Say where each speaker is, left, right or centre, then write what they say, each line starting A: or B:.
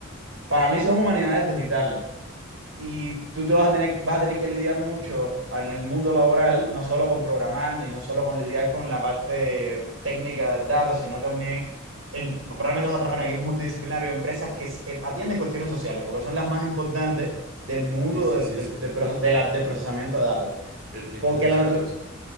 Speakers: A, on the right (about 70°); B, on the right (about 45°).
A: para mí son humanidades digitales. Y tú te vas a tener, vas a tener que lidiar mucho en el mundo laboral, no solo con programar, ni no solo con lidiar con la parte técnica de datos, sino también en, probablemente vas a trabajar en equipos multidisciplinarios, empresas que s- eh, atienden cuestiones sociales, porque son las más importantes del mundo
B: Sí, sí,
A: del-
B: sí,
A: de,
B: sí.
A: de proce- de la- de procesamiento de datos.
B: Eh,
A: Porque
B: En esa esa es
A: la,
B: la
A: natu-
B: razón.